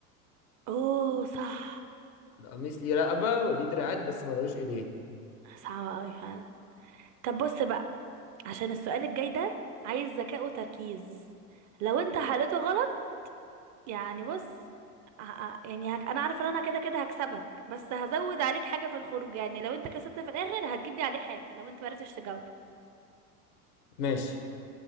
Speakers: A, on the right; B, on the left.
A: اوه صح
B: القميص ليه رقبة وليه دراعات بس ملوش ايدين
A: صعبة اوي فعلا طب بص بقى عشان السؤال الجاي ده عايز ذكاء وتركيز لو انت حلته غلط يعني بص ه- يعني هك... انا عارفه ان انا كده كده هكسبك بس هزود عليك حاجه في الخروج يعني لو انت كسبت في الاخر هتجيب لي عليه حاجه لو انت ما عرفتش تجاوبه
B: ماشي